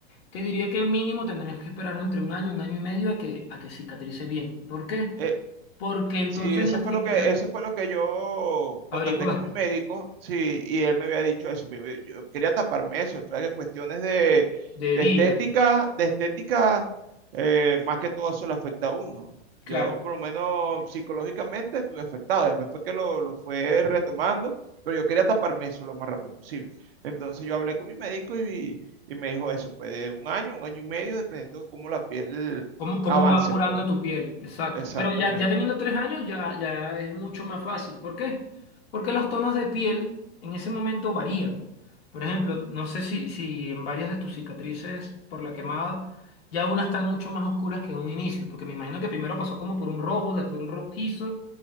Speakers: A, on the left; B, on the right.
A: te diría que el mínimo tendrías que esperar entre un año, un año y medio a que, a que cicatrice bien. ¿Por qué?
B: Eh,
A: Porque entonces
B: Sí, eso
A: la, cic-
B: fue lo que,
A: la-
B: eso fue lo que yo contacté
A: averiguaste
B: con mi médico, sí, y él me había dicho eso. pero Yo, yo quería taparme eso, o sea, que cuestiones de,
A: de
B: de
A: día.
B: estética, de estética, eh, más que todo eso le afecta a uno. Yo,
A: Claro.
B: por lo menos psicológicamente, estuve afectado. Después fue que lo, lo fue retomando, pero yo quería taparme eso lo más rápido posible. Entonces yo hablé con mi médico y, y me dijo eso, pues de un año, un año y medio, dependiendo de cómo la piel
A: cómo, cómo
B: avance,
A: va curando
B: pues,
A: tu piel. Exacto.
B: exactamente.
A: Pero ya, ya teniendo tres años ya, ya es mucho más fácil. ¿Por qué? Porque los tonos de piel en ese momento varían. Por ejemplo, no sé si, si en varias de tus cicatrices por la quemada ya unas están mucho más oscuras que en un inicio, porque me imagino que primero pasó como por un rojo, después un rojizo,